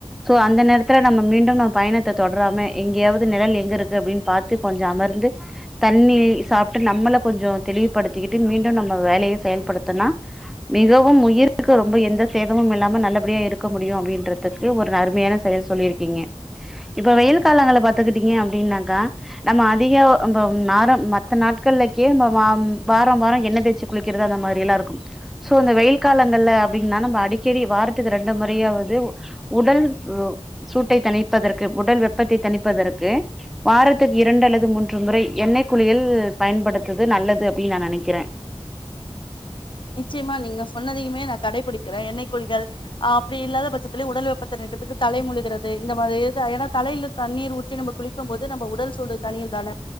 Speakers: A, in the centre; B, on the left.
A: சோ அந்த நேரத்துல நம்ம மீண்டும் நம்ம பயணத்தை தொடராம எங்கேயாவது நிழல் எங்க இருக்கு அப்டின்னு பார்த்து கொஞ்சோ அமர்ந்து தண்ணி சாப்ட்டு நம்மளை கொஞ்சோ தெளிவுபடுத்திக்கிட்டு மீண்டு நம்ம வேலையை செயல்படுத்தனா மிகவும் உயிருக்கு ரொம்ப எந்த சேதமும் இல்லாம நல்லபடியா இருக்க முடியு அப்டின்றதுக் ஒரு அருமையான செயல் சொல்லியிருக்கீங்க இப்ப வெயில் காலங்கள்ல பாத்துக்கிட்டீங்க அப்படின்னாக்கா நம்ம அதிகோ நம்ம நாரம் மத்த நாட்கள்லக்கே நம்ம வாரம் வாரம் எண்ணெய்யச்சு குளிக்கிறது அந்த மாதிரியேல்லா இருக்கு சோ அந்த வெயில் காலங்கள்ல அப்டின்னா நம்ம அடிக்கடி வாரத்துக்கு ரெண்டு முறையாவது உடல் வ் சூட்டை தணிப்பதற்கு உடல் வெப்பத்தை தணிப்பதற்கு வாரத்துக்கு இரண்டு அல்லது மூன்று முறை எண்ணெய் குளியல் பயன்படுத்துது நல்லது அப்டின்னு நா நெனைக்கிறே
B: நிச்சயமா நீங்க சொன்னதையுமே நா கடைபிடிக்கிறே எண்ணெய் குளிகள் அஹ் அப்புடி இல்லாத பட்சத்திலியு உடல் வெப்பத்தை நிற்கிறதுக்கு தலை முழுகிறது இந்த மாதிரி ஏனா தலையில தண்ணீர் ஊற் நம்ம குளிக்கும் போது நம்ம உடல் சூடு தனியும் தான